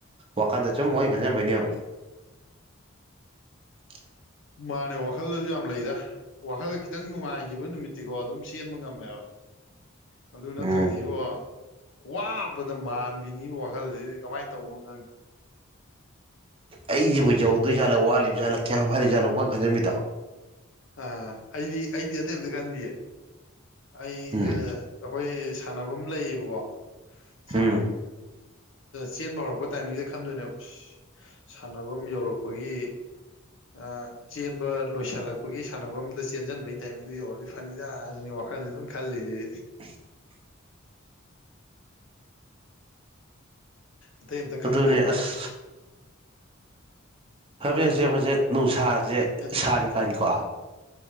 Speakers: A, on the right; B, on the left.
A: ꯋꯥꯈꯥꯟꯗ ꯁꯨꯝ ꯃꯅ ꯈꯟꯖꯟꯕꯩꯅꯦꯕ <inaudible> <unintelligible>
B: ꯃꯥꯅꯦ ꯋꯥꯈꯜꯗꯁꯨ ꯌꯥꯝ ꯂꯩꯗ ꯋꯥꯈꯜꯗ ꯈꯤꯇꯪ ꯅꯨꯡꯉꯥꯏꯈꯤꯕ ꯅꯨꯃꯤꯠꯇꯤꯀꯣ ꯑꯗꯨꯝ ꯆꯦꯟꯕ ꯉꯝꯃꯦꯕ
A: <unintelligible>
B: ꯑꯗꯨ ꯅꯠꯇ꯭ꯔꯗꯤ
A: ꯎꯝ
B: ꯏꯕꯣ ꯋꯥꯕꯗ ꯃꯥꯟꯕꯤꯅꯤ ꯋꯥꯈꯜꯁꯤꯗꯤ ꯀꯃꯥꯏꯅ ꯇꯧꯅꯣ ꯈꯪꯗꯦ
A: ꯑꯩꯁꯤꯕꯨ ꯌꯧꯗꯣꯏ ꯖꯥꯠꯂꯥ ꯋꯥꯠꯂꯤꯕꯖꯥꯠꯂꯥ ꯀꯌꯥꯝ ꯋꯥꯠꯖꯥꯠꯅꯤ ꯄꯪꯈꯟꯈꯟꯖꯟꯕꯤꯗꯣ
B: ꯑ ꯑꯩꯗꯤ ꯑꯩꯗꯤ ꯑꯇꯩ ꯑꯝꯇ ꯈꯟꯗꯤꯌꯦ ꯑꯩ
A: ꯎꯝ
B: ꯑꯩꯈꯣꯏ ꯁꯥꯟꯅꯕꯝ ꯂꯩꯌꯦꯕꯀꯣ
A: ꯎꯝ
B: ꯍ ꯆꯦꯟꯕ ꯍꯧꯔꯛꯄ ꯇꯥꯏꯃꯤꯡꯁꯤꯗ ꯈꯟꯗꯣꯏꯅꯦꯕ ꯁꯥꯟꯅꯐꯝ ꯌꯧꯔꯛꯄꯒꯤ ꯑ ꯆꯦꯟꯕ ꯂꯣꯏꯁꯤꯜꯂꯛꯄꯒꯤ ꯁꯥꯟꯅꯐꯝꯗ ꯆꯦꯟꯖꯟꯕꯒꯤ ꯇꯥꯏꯃꯤꯡꯗꯨ ꯌꯧꯔꯗꯤ ꯐꯅꯤꯗ ꯑꯁꯤꯅꯤ ꯋꯥꯈꯜꯁꯦ ꯑꯗꯨꯝ ꯈꯜꯂꯤꯁꯦ
A: ꯑ <unintelligible>
B: ꯑꯇꯩ ꯑꯝꯇ ꯈꯟꯗꯦꯕ
A: ꯑꯗꯨꯅꯦ ꯑꯁ ꯂꯝꯖꯦꯜ ꯆꯦꯟꯕꯁꯦ ꯅꯨꯡꯁꯥꯥꯁꯦ
B: ꯑꯦꯟ
A: ꯁꯔꯤꯀꯟ ꯀꯣ